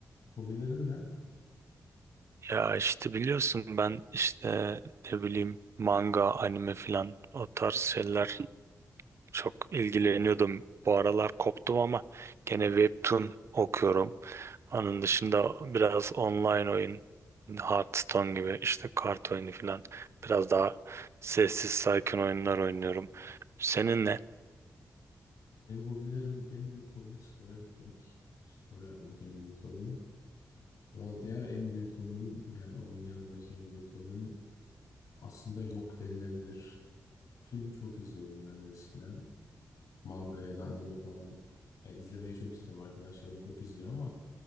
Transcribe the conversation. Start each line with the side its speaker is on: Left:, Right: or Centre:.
Left: Hobilerin ne?
Right: Ya işte biliyorsun ben işte ne bileyim manga, anime filan o tarz şeyler çok ilgileniyordum. Bu aralar koptum ama gene webtoon okuyorum. Onun dışında biraz online oyun, Hearthstone gibi işte kart oyunu filan biraz daha sessiz sakin oyunlar oynuyorum. Senin ne?
Left: Benim hobilerim en büyük hobim spora gitmek. Spor yapmak en büyük hobim. Valla diğer en büyük hobim yani onun yanındaki en büyük hobim aslında yok denilebilir. Film çok izliyordum ben de eskiden. Manga ya da anime falan ya izlemeyi çok istiyorum. Arkadaşlarım çok izliyor ama